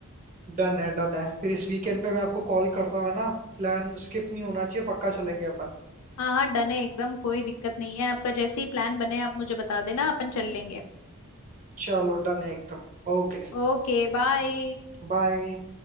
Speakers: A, on the right (about 35°); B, on the left (about 75°).
A: डन है डन है फिर इस वीकेंड पे मैं आपको कॉल करता हूँ है ना प्लान स्किप नहीं होना चाहिए पक्का चलेंगे अपन
B: हाँ हाँ डन है एकदम कोई दिक्कत नहीं है आपका जैसे ही प्लान बने आप मुझे बता देना अपन चल लेंगे
A: चलो डन है एकदम ओके
B: Okay bye
A: बाय